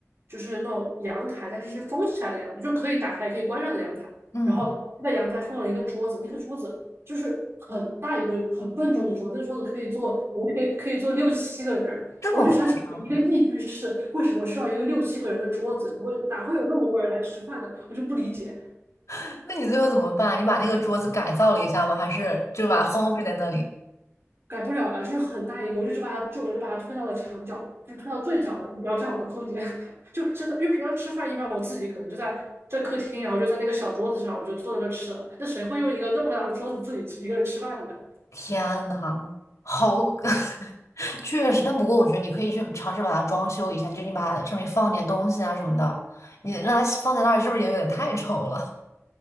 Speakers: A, on the right (about 55°); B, on the left (about 85°).
A: 就是那种阳台，但是是封起来的阳台，就可以打开也可以关上的阳台，
B: 嗯，
A: 然后它在阳台放了一个桌子，那个桌子。就是很大一个很笨重的桌子，那个桌子可以坐，我可以可以坐六七个人。
B: 这么夸张吗？
A: 我就想起一个一居室，为什么需要一个六七个人的桌子？我哪会有那么多人来吃饭呢？我就不理解，
B: <laughs> 那你最后怎么办？你把那个桌子改造了一下吗？还是就把它荒废在那里？
A: 改不了了。就是很大一个，我就只把它就我就把它推到了墙角，就是推到最角了，你不要占我的空间。<laughs> 就真的，因为平常吃饭一般我自己可能就在在客厅，然后就在那个小桌子上，我就坐在那吃了。那谁会用一个那么大的桌子自己一个人吃饭呢？
B: 天呐，好，<laughs> 确实，但不过我觉得你可以去尝试把它装修一下，就是你把它上面放点东西啊什么的，你让它放在那儿是不是也有点太丑了？